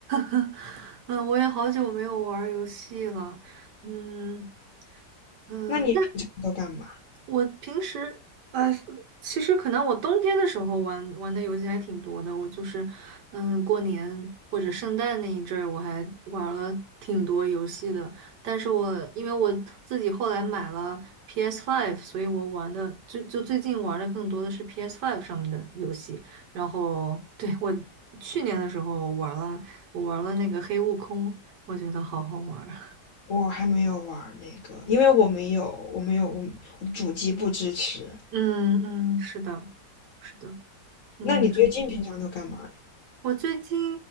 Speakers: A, on the right; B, on the left.
A: <laughs> 嗯，我也好久没有玩儿游戏了，嗯嗯，
B: 那你平常都干嘛？
A: 呃我平时呃，其实可能我冬天的时候玩玩的游戏还挺多的。我就是，嗯，过年或者圣诞那一阵儿，我还玩了挺多游戏的。但是我因为我自己后来买了 p s Five，所以我玩的就就最近玩的更多的是 p s Five 上面的游戏。然后对我去年的时候我玩了，我玩了那个黑悟空，我觉得好好玩儿。
B: 我还没有玩儿那个，因为我没有，我没有，我我的主机不支持。
A: <laughs> 嗯嗯，是的，是的。嗯，
B: 那你最近平常都干嘛呀
A: 我最近